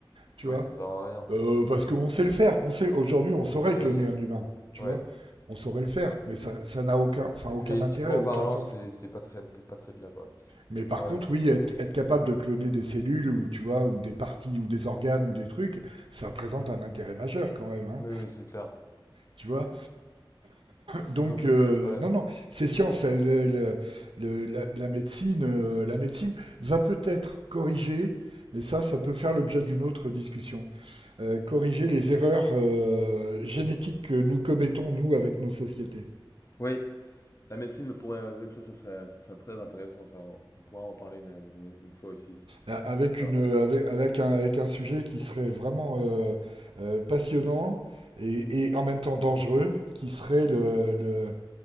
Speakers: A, on the right; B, on the left.
A: tu
B: Oui,
A: vois.
B: ça sert à rien.
A: Euh, parce qu'on sait le faire. On sait aujourd'hui, on saurait
B: On sait cloner,
A: cloner un humain, tu
B: ouais.
A: vois. On saurait le faire, mais ça, ça n'a aucun, enfin
B: Et
A: aucun
B: puis éthiquement
A: intérêt, aucun
B: parlant,
A: sens.
B: c'est c'est pas très c'est pas très bien quoi.
A: Mais
B: Ça pourrait
A: par contre,
B: ça
A: oui,
B: pour-
A: être, être capable de cloner des cellules ou tu vois, ou des parties ou des organes ou des trucs, ça présente un intérêt majeur quand même, hein,
B: Oui oui, c'est clair.
A: tu vois. Donc
B: Donc c'est
A: euh,
B: ouais.
A: non, non, c'est science. euh, Le- le- le- la, la médecine, euh, la médecine va peut-être corriger, mais ça, ça peut faire l'objet d'une autre discussion. euh, corriger les erreurs euh, génétiques que nous commettons, nous, avec nos sociétés.
B: Oui, la médecine me pourrait. euh, Ça, ça serait, ça serait très intéressant, ça. On pourra en parler une, une- une fois aussi. Je suis
A: Euh, Avec,
B: D'accord.
A: une, euh, avec, avec un, avec un sujet qui serait vraiment euh, euh, passionnant et, et en même temps dangereux, qui serait le, le,